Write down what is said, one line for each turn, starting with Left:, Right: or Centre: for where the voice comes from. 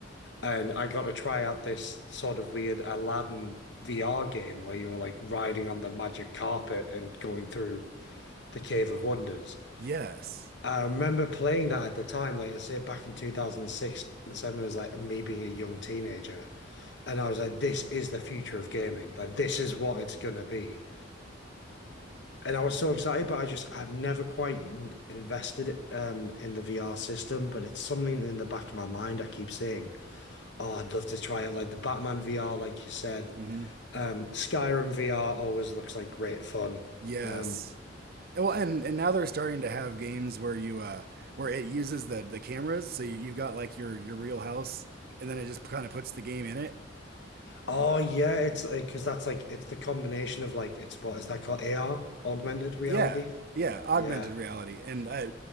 Left: And I got to try out this sort of weird Aladdin VR game where you were like riding on the magic carpet and going through the Cave of Wonders.
Right: yes,
Left: I remember playing that at the time, like I say, back in 2006 and 7 as like me being a young teenager. And I was like, this is the future of gaming. Like, this is what it's going to be. And I was so excited, but I just, I've never quite invested um, in the VR system, but it's something in the back of my mind I keep saying, oh, I'd love to try it. Like the Batman VR, like you said.
Right: mm hmm
Left: Um, Skyrim VR always looks like great fun.
Right: yes.
Left: Um,
Right: Well, and and now they're starting to have games where you uh where it uses the the cameras, so you, you've got like your your real house, and then it just kind of puts the game in it,
Left: Oh yeah, it's because that's like it's the combination of like it's what is that called AR, augmented reality?
Right: Yeah, yeah, augmented
Left: Yeah.
Right: reality, and uh,